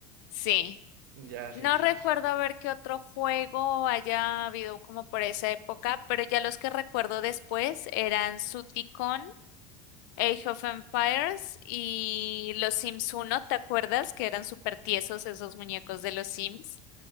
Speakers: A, on the left; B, on the right.
A: sí.
B: Ya, sí,
A: No
B: sí.
A: recuerdo
B: sí.
A: haber qué otro juego haya habido como por esa época, pero ya los que recuerdo después eran Suticon, Age of Empires y los Sims uno. ¿te acuerdas? Que eran súper tiesos esos muñecos de los Sims.